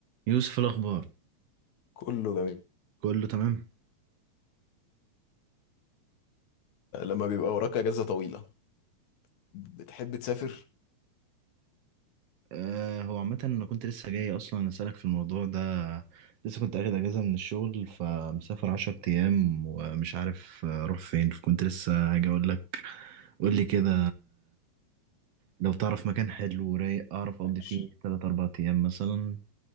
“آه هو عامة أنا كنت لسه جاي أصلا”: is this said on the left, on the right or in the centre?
Right